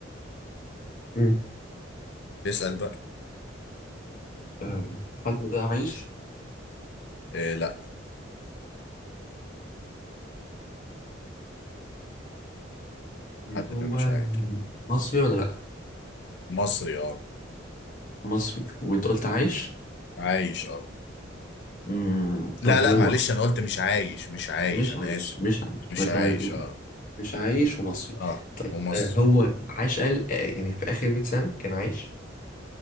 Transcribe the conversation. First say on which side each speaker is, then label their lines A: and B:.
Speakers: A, on the left (about 45°); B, on the left (about 60°).
A: مم.
B: اسال بقى
A: آه، حد ده عايش
B: إيه لا
A: طيب
B: حد
A: هو
B: ده مش عايش
A: مصري ولا لا
B: مصري اه
A: مصري وانت قلت عايش
B: عايش اه
A: مم.
B: لا
A: طب هو
B: لا معلش انا قلت مش عايش مش عايش
A: مش
B: انا
A: عايش
B: اسف
A: مش عايش
B: مش
A: ما تمام
B: عايش اه
A: مش عايش ومصري
B: اه
A: طيب
B: ومصري
A: آه، هو عاش قال آه، يعني في آخر 100 سنة كان عايش